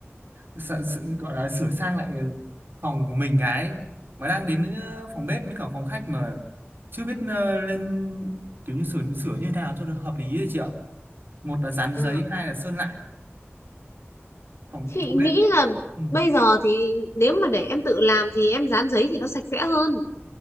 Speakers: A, on the right; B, on the left.
A: sợ- sợ- gọi là sửa sang lại phòng của mình cái mà đang đến ờ, phòng bếp với cả phòng khách mà chưa biết ờ, lên kiểu như sửa sửa như thế nào cho được hợp lý đấy chị ạ một là dán
B: Ờ,
A: giấy hai là sơn lại phòng
B: chị
A: phòng
B: nghĩ
A: bếp
B: là
A: Ừ.
B: bây giờ thì nếu mà để em tự làm thì em dán giấy thì nó sạch sẽ hơn